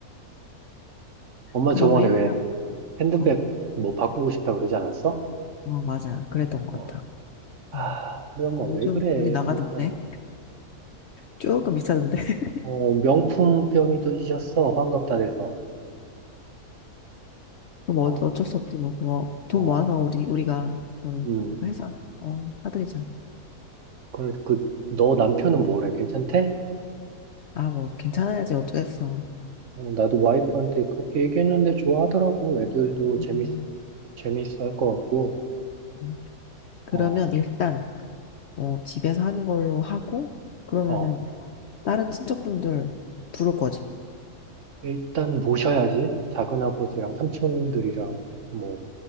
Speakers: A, on the right (about 55°); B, on the left (about 60°).
A: 엄마
B: 그러면
A: 저번에
B: 일단,
A: 왜 핸드백
B: 어,
A: 뭐 바꾸고 싶다 그러지 않았어?
B: 어, 맞아. 그랬던 것
A: 어.
B: 같아.
A: 아,
B: 음.
A: 우리 엄마
B: 요즘
A: 왜 그래,
B: 돈이 나가던데?
A: 진짜.
B: 조금 비싸던데? <laughs>
A: 어, 명품병이 도지셨어, 환갑다 돼서.
B: 그럼 뭐
A: 어,
B: 어쩔 수 없지, 뭐. 그거 돈
A: 어,
B: 모아서 우리, 우리가 좀
A: 음.
B: 회사, 어, 사드리자.
A: 그래, 그, 너 남편은 뭐래? 괜찮대?
B: 아, 뭐, 괜찮아야지. 어쩌겠어.
A: 어, 나도 와이프한테 그렇게 얘기했는데 좋아하더라고. 애들도 재밌,
B: 음,
A: 재밌어 할 것 같고.
B: 음. 그러면
A: 어,
B: 일단, 어, 집에서 하는 걸로 하고, 그러면은
A: 어.
B: 다른 친척분들 부를 거지.
A: 일단 모셔야지. 작은아버지랑 삼촌들이랑 뭐,